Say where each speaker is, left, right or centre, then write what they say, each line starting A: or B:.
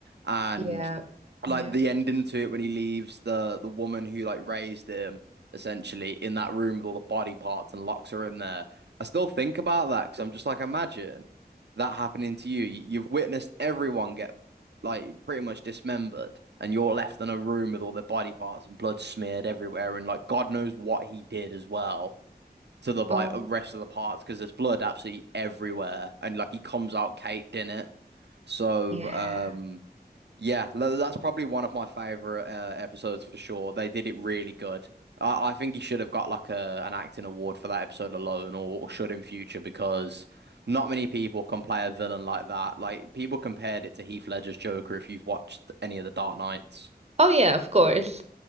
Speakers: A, on the right; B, on the right.
A: And
B: yeah,
A: like
B: yeah.
A: the ending to it when he leaves the the woman who like raised him essentially in that room with all the body parts and locks her in there. I still think about that because I'm just like, imagine that happening to you. You- You've witnessed everyone get like pretty much dismembered, and you're left in a room with all their body parts and blood smeared everywhere, and like God knows what he did as well. To the like
B: Oh,
A: rest of the parts because there's blood absolutely everywhere, and like he comes out caked in it. So,
B: yeah.
A: um, yeah, tha- that's probably one of my favorite uh, episodes for sure. They did it really good. I, I think he should have got like a an acting award for that episode alone, or, or should in future, because not many people can play a villain like that. Like people compared it to Heath Ledger's Joker if you've watched any of the Dark Knights.
B: Oh, yeah, of course.